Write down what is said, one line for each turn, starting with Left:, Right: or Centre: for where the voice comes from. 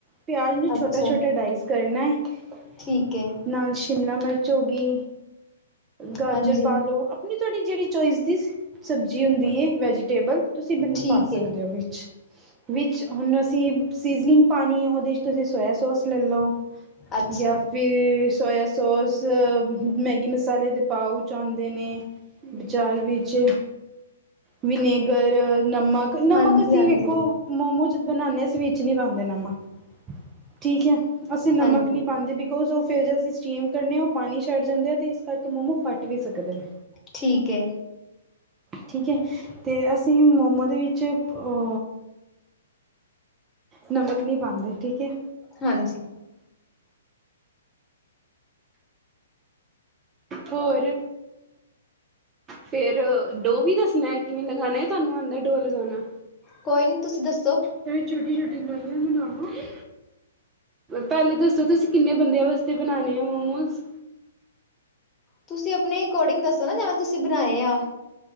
Right: ਪਿਆਜ ਨੂੰ
Left: ਅੱਛਾ
Right: ਛੋਟਾ ਛੋਟਾ ਡਾਇਸ ਕਰਨਾ ਅ।
Left: ਠੀਕ ਏ।
Right: ਨਾਲ ਸ਼ਿਮਲਾ ਮਰਚ ਹੋ ਗੀ। ਗਾਜਰ
Left: ਹਾਂਜੀ
Right: ਪਾ ਲਉ, ਆਪਣੀ ਤੁਹਾਡੀ ਜੇੜੀ ਚੋਇਸ ਦੀ ਸਬਜ਼ੀ ਹੁੰਦੀ ਏ ਵੈਜੀਟੇਬਲ ਤੁਸੀਂ ਬਣ
Left: ਠੀਕ
Right: ਪਾ ਸਕਦੇ
Left: ਹੈ
Right: ਓ ਵਿੱਚ ਵਿੱਚ ਹੁਣ ਅਸੀਂ ਸੀਜ਼ਨਿੰਗ ਪਾਨੀ ਓਦੇ ਚ ਤੁਸੀਂ ਸੋਇਆ ਸੋਸ ਲੈ ਲਓ।
Left: ਅੱਛਾ
Right: ਜਾ ਫਿਰ ਸੋਇਆ ਸੋਸ ਮੈਗੀ ਮ ਸਾਲੇ ਦੇ ਪਾਊਚ ਆਦੇ ਨੇ ਬਜ਼ਾਰ ਵਿੱਚ ਵਿਨੇਗਰ, ਨਮਕ, ਨਮਕ
Left: ਹਾਂਜੀ
Right: ਅਸੀਂ
Left: ਹਾਂਜੀ
Right: ਵੇਖੋ ਮੋਮੋ ਜਦ ਬਣਾਨੇ ਆ ਅਸੀ ਵਿਚ ਨੀ ਪਾਂਦੇ ਨਮਕ, ਠੀਕ ਐ। ਅਸੀਂ ਨਮਕ
Left: ਹਾਂਜੀ
Right: ਨੀ ਪਾਂਦੇ ਬੀਕੋਜ਼ ਓ ਫੇਰ ਜੇ ਅਸੀਂ ਸਟੀਮ ਕਰਨੇ ਆ ਓ ਪਾਣੀ ਛੱਡ ਜਾਂਦੇ ਆ ਤੇ ਕਰ ਕੇ ਮੋਮੋ ਫੱਟ ਵੀ ਸਕਦੇ ਨੇ।
Left: ਠੀਕ ਐ
Right: ਠੀਕ ਐ ਤੇ ਅਸੀਂ ਮੋਮੋ ਦੇ ਵਿੱਚ ਓ ਨਮਕ ਨੀ ਪਾਂਦੇ ਠੀਕ ਐ।
Left: ਹਾਂਜੀ
Right: ਹੋਰ ਫੇਰ ਡੋ ਵੀ ਦੱਸਣਾ ਕਿਵੇਂ ਲਗਾਣਾ ਤਾਨੂੰ ਆਦਾ ਡੋ ਲਗਾਣਾ।
Left: ਕੋਈ ਨੀ ਤੁਸੀਂ ਦੱਸੋ?
Right: ਫ ਛੋਟੀ ਛੋਟੀ ਨਾਲੀਆਂ ਬਣਾਵਾਂਗੇ ਪੈਲੇ ਦੱਸੋ ਤੁਸੀਂ ਕਿੰਨੇ ਬੰਦਿਆਂ ਵਾਸਤੇ ਬਣਾਣੇ ਆ ਮੋਮੋਸ
Left: ਤੁਸੀਂ ਆਪਣੇ ਅਕੋਰਡਿੰਗ ਦੱਸੋ ਨਾ ਜਾਂ ਤੁਸੀਂ ਬਣਾਏ ਆ